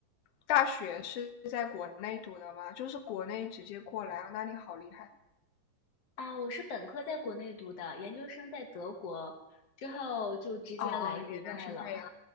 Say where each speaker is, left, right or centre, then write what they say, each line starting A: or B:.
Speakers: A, on the left; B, on the left.
A: 大学是在国内读的吗？就是国内直接过来，那你好厉害
B: 啊！我是本科在国内读的，研究生在德国，之后就直接来迪拜了。
A: 啊！哦原来是这样